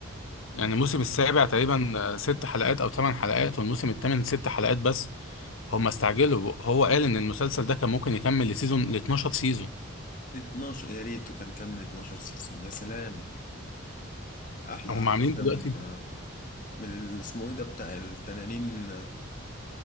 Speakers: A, on the left; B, on the left.
A: يعني الموسم السابع تقريبا آه، ست حلقات او ثمان حلقات والموسم الثامن ست حلقات بس هم استعجلوا هو قال ان المسلسل ده كان ممكن يكمل لسيزون ل 12 سيزون
B: 12 يا ريت وكان كمل 12 سيزون يا سلام أحلى
A: هم
B: على
A: عاملين
B: فكرة
A: دلوقتي
B: من من اللي اسمه إيه ده بتاع التنانين